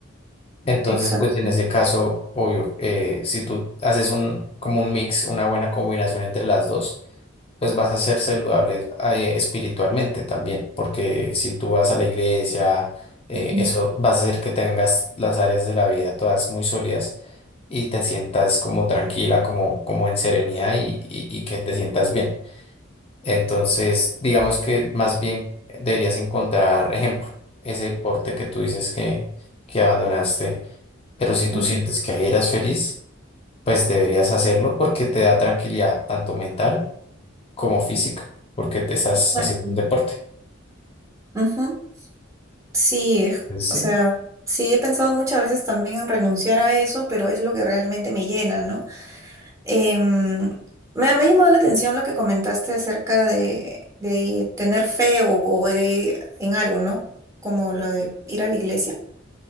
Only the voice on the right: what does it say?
exacto.
Ujú,
ujú.
Exacto.
Ujú. Sí, es-
o
sea, sí he pensado muchas veces también en renunciar a eso, pero es lo que realmente me llena, ¿no? Em, me, me ha llamado la atención lo que comentaste acerca de, de tener fe o, o de, en algo, ¿no? Como lo de ir a la iglesia.